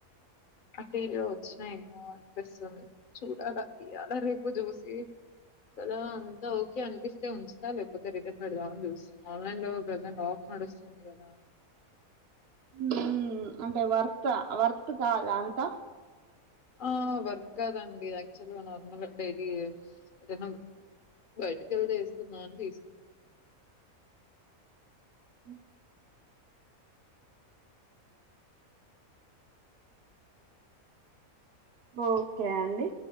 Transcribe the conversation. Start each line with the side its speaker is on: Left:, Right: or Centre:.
Left: అటీఇంగ వచ్చినా ఏమో అనిపిస్తుంది చూడాలా ఇాలా రేపు చూసి కదా అంతా ఓకే అనిపిస్తే ఉంచుతా లేకపోతే రిటర్న్ పెడదా అని చూస్తుంది ఆన్లైన్ లో ప్రజెంట్ ఆఫ్ నడుస్తుంది కదా
Right: హమ్ అంటే వర్త్ వర్త్ కదా అంతా
Left: ఆ వర్క్ కదండి యాక్చువల్ నార్మల్ డైలీ ఏటు అయినా బయటికి వెళ్ళ వేసుకుందామని తీసుకుని
Right: హమ్ ఒకే అండి